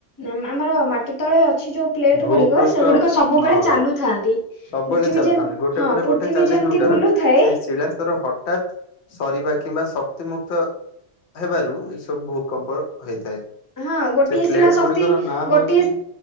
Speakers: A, on the left (about 20°); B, on the left (about 85°).
A: ନା ଆମର ମାଟି ତଳେ ଅଛି ଯୋଉ ପ୍ଲେଟ
B: ଭୂପୃଷ୍ଠ
A: ଗୁଡିକ ସେଗୁଡିକ ସବୁବେଳେ
B: ହଁ
A: ଚାଲୁଥାନ୍ତି।
B: ସବୁବେଳେ
A: ପୃଥିବୀ
B: ଚାଲୁଥାନ୍ତି
A: ଯେ
B: ଗୋଟେ
A: ହଁ
B: ପରେ
A: ପୃଥିବୀ
B: ଗୋଟେ ଚାଲେ
A: ଯେମିତି
B: ଯୋଉଟାର
A: ବୁଲୁଥାଏ
B: ସେଇ ଶିଳା ର ହଠାତ୍ ସରିବା କିମ୍ବା ଶକ୍ତିମୁକ୍ତ ହେବାରୁ ଏଇ ସବୁ ଭୂକମ୍ପ ହେଇଥାଏ।
A: ହଁ ଗୋଟିଏ
B: ସେ ପ୍ଲେଟ
A: ଶିଳା ଶକ୍ତି
B: ଗୁଡିକର ନାଁ ହଉଛି
A: ଗୋଟିଏ